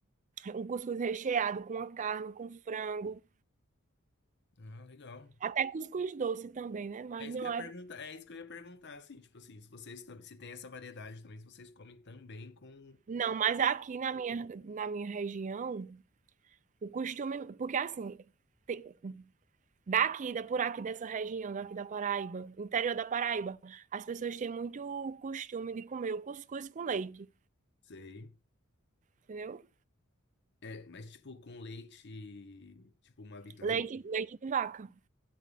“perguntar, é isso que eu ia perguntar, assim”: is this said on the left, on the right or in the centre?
Left